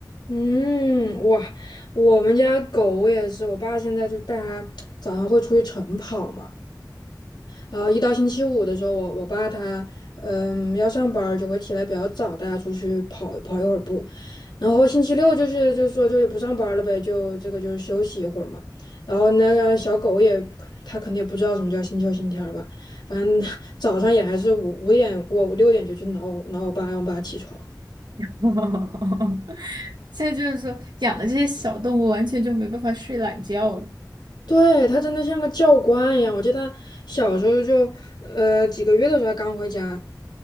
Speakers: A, on the left; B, on the right.
A: 嗯，哇，我们家狗也是，我爸现在就带它早上会出去晨跑嘛，然后一到星期五的时候，我我爸他嗯要上班儿就会起来比较早，带它出去跑跑一会儿步，然后星期六就是就是说就也不上班儿了呗，就这个就是休息一会儿嘛，然后那个小狗也它肯定也不知道什么叫星期六星期天儿吧，反正 <laughs> 早上也还是五五点过五六点就去挠挠我爸，让我爸起床。
B: <laughs> 现在就是说养的这些小动物完全就没办法睡懒觉了。
A: 对，他真的像个教官一样。我记得他小时候就，呃，几个月的时候他刚回家，